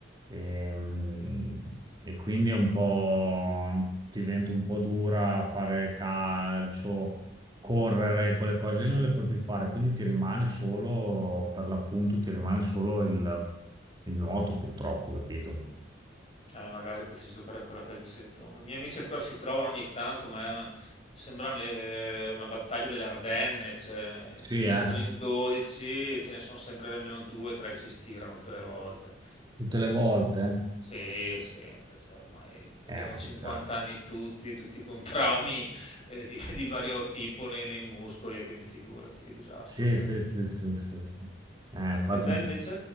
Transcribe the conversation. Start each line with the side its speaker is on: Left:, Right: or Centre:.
Right: ehm, e, quindi è un po', diventa un po' dura fare calcio, correre, quelle cose lì non le puoi più fare, quindi ti rimane solo, per l'appunto, ti rimane solo il, il nuoto purtroppo, capito?
Left: Eh, magari potessi giocare ancora a calcetto. I miei amici ancora si trovano ogni tanto, ma è una- sembra le- una battaglia delle Ardenne. cioè,
Right: Sì,
Left: iniziano
Right: eh?
Left: in 12, ce ne sono sempre almeno due o tre che si stirano tutte le volte.
Right: Tutte le volte?
Left: Sì, sempre, cioè, ormai abbiamo
Right: È un
Left: 50
Right: peccato.
Left: anni tutti, tutti con traumi eh, di, di vario tipo nei, nei muscoli, e quindi figurati che disastro
Right: Sì,
Left: che
Right: sì,
Left: è.
Right: sì, sì, sì, sì. Eh, ho fatto...
Left: E te invece?